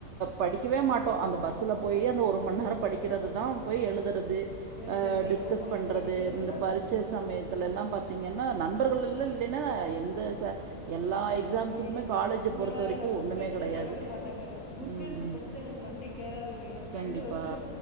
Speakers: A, on the right; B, on the left.
A: பக்டிக்கவே மாட்டோம் அந்த பஸ்ல போயி அந்த ஒரு மணி நேரம் படிக்கிறது போய் எழுதுறது
B: எழுதுறதே
A: அதுல டிஸ்கஸ்
B: ஆமாங்க
A: பண்றது
B: படிக்கிறதெல்லாம்
A: இந்த பரிச்ச சமயத்து சமயத்துல
B: ரொ
A: எல்லாம் பாத்தீங்கன்னா நண்பர்கள்ல்லாம் இல்லைன்னா எந்த எல்லா எக்ஸாம்ஸுக்குமே
B: ஐய்யய்யோ
A: காலேஜை
B: நீங்க
A: பொறுத்த
B: வேற
A: வரைக்கும்
B: நா புக்
A: ஒன்னுமே
B: எடுத்தே
A: கெடையாது
B: படிக்க மாட்டேங்க புக்
A: ம்
B: எடுத்து படிச்சா எனக்கு மண்டைக்கு ஏராதுங்க என் ஃப்ரெண்டு
A: கண்டிப்பா.
B: வந்து